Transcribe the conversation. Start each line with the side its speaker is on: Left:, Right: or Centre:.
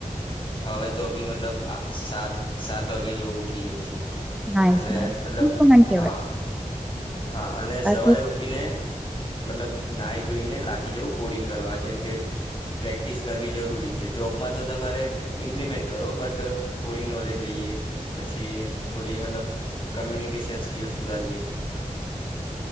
Left: હવે તો બી મતલબ આહ સાત-સાત વાગે જેવું ઉઠી જઉં છું.
Centre: નાઈસ,
Left: અને
Centre: નાઈસ.
Left: મતલબ
Centre: ઇમ્પ્રુમેન્ટ
Left: હા. હા અને
Centre: બાકી
Left: સવારે ઉઠીને મતલબ નાઈ ધોઈને લાગી જવું કોડિંગ કરવા જેમ કે પ્રેક્ટિસ કરવી જરૂરી છે. જોબમાં તો તમારે ઇમ્પ્લિમેન્ટ કરો બટ કોડિંગ નોલેજ લઈએ પછી થોડી મતલબ કમ્યુનિકેશન સ્કીલ સુધારીએ